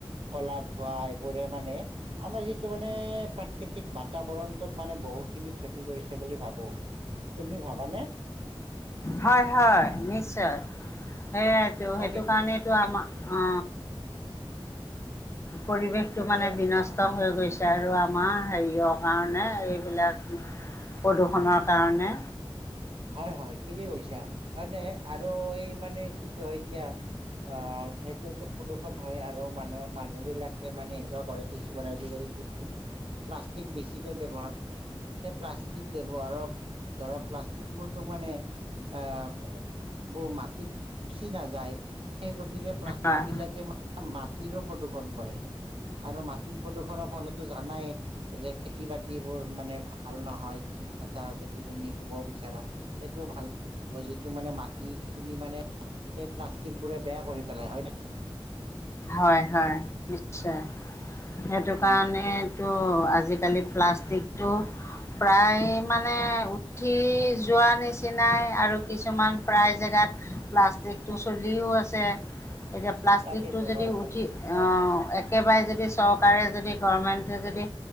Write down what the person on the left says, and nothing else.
হয়-হয়, নিশ্চয়। সেইয়াতো,
সেইটো কাৰণেতো আমাৰ অ'। পৰিৱেশটো
মানে বিনষ্ট হৈ গৈছে আৰু আমাৰ হেৰিয় কাৰণে এইবিলাক প্ৰদূষণৰ কাৰণে।
হয়
হয়- হয় নিশ্চয় সেইটো
কাৰণেতো
আজি আজিকালি প্লাষ্টিকটো প্ৰায় মানে উঠি যোৱা নিচিনাই আৰু কিছুমান প্ৰায় জেগাত লাষ্ট টিকটো চলিও আছে এতিয়া প্লাষ্টিকটো
যদি
উঠি অ একেবাৰে যদি চৰকাৰে যদি গভৰ্মেণ্টে যদি